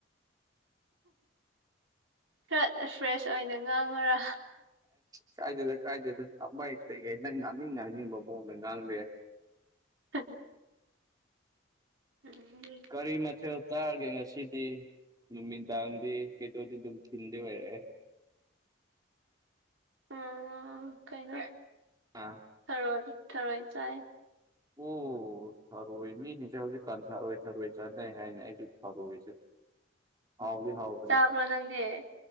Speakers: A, on the right; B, on the right.
A: ꯈꯔ ꯐ꯭ꯔꯦꯁ ꯑꯣꯏꯅ ꯉꯥꯡꯉꯨꯔ
B: ꯆꯥꯏꯗꯦꯗ ꯀꯥꯏꯗꯦꯗ ꯑꯃꯌꯦꯛꯇꯒꯦ ꯅꯪ ꯉꯥꯡꯅꯤꯡ ꯉꯥꯡꯅꯤꯡꯕ ꯃꯑꯣꯡꯗ ꯉꯥꯡꯕ ꯌꯥꯏ
A: ꯍ ꯍ ꯎꯝ ꯂꯩ
B: ꯀꯔꯤ ꯃꯊꯦꯜ ꯇꯥꯒꯦ ꯉꯁꯤꯗꯤ ꯅꯨꯃꯤꯗꯥꯡꯗꯤ ꯀꯩꯗꯣꯗꯤ ꯑꯗꯨꯝ ꯊꯤꯟꯗꯤ ꯑꯣꯏꯔꯛꯑꯦ
A: ꯑꯥ ꯎꯝ ꯀꯩꯅꯣ
B: ꯑꯥ
A: ꯊꯔꯣꯏ ꯊꯔꯣꯏ ꯆꯥꯏ
B: ꯑꯣ ꯊꯔꯣꯏ ꯃꯤ ꯁꯤꯡꯁꯦ ꯍꯧꯖꯤꯛ ꯀꯥꯟ ꯊꯔꯣꯏ ꯊꯔꯣꯏ ꯆꯅꯩ ꯍꯥꯏꯅꯦ ꯑꯁꯨ ꯊꯔꯣꯏꯁꯦ ꯍꯥꯎꯗꯤ ꯍꯥꯎꯕꯅꯦ
A: ꯆꯥꯕꯣ ꯅꯪꯗꯤ